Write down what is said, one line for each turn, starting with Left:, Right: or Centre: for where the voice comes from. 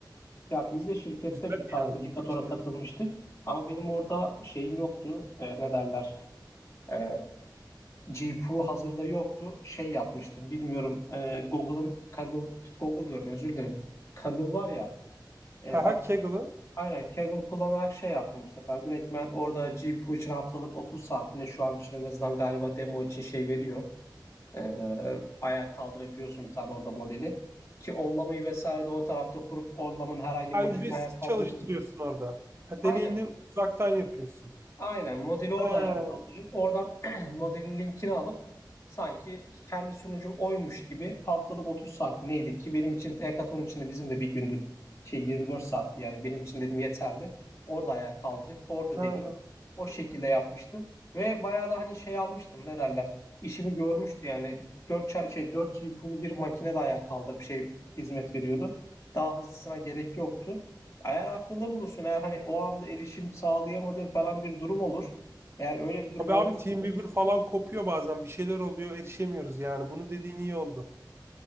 Left: Ya biz de şirkette
Right: Güzel
Left: bu tarz
Right: yani
Left: bir
Right: ilginçti.
Left: hackathon'a katılmıştık. Ama benim orada şeyim yoktu. E, ne derler? E, GPU hazırda yoktu. Şey yapmıştım. Bilmiyorum. E, Google'ın Kaggle, Google diyorum özür dilerim. Kaggle var ya. E,
Right: Ha
Left: at-
Right: ha Kaggle'ın
Left: aynen Kaggle kullanarak şey yaptım bu sefer. Direkt ben orada GPU için haftalık 30 saatinde şu an için en azından galiba demo için şey veriyor. E, ayağa kaldırabiliyorsun bir tane orada modeli. Ki ollamayı vesaire de o tarafta kurup ollamanın herhangi
Right: ha,
Left: modelini
Right: ücretsiz
Left: ayağa kaldırabiliyorsun.
Right: çalıştırıyorsun orada. Ha,
Left: Aynen
Right: deneyini uzaktan yapıyorsun.
Left: Aynen modeli orada
Right: Ha.
Left: ayağa kaldırıp oradan <clears throat> modelin linkini alıp sanki kendi sunucum oymuş gibi haftalık 30 saat neydi ki benim için hackathon içinde bizim de bir gündür şey 24 saatti yani benim için dedim yeterli. Orada ayağa kaldırıp orada
Right: Ha.
Left: deneyeyim. O
Right: Hı-hı.
Left: şekilde yapmıştım ve bayağı da hani şey almıştım ne derler işimi görmüştü yani 4 şey 4 GPU'lu bir makine de ayağa kaldırıp şey hizmet veriyordu. Daha hızlısına gerek yoktu. Eğer aklında bulunsun eğer hani o anda erişim sağlayamadığın falan bir durum olur. Eğer öyle bir durum
Right: Tabii
Left: olursa
Right: abi Teamweaver falan kopuyor bazen. Bir şeyler oluyor, erişemiyoruz yani. Bunu dediğin iyi oldu.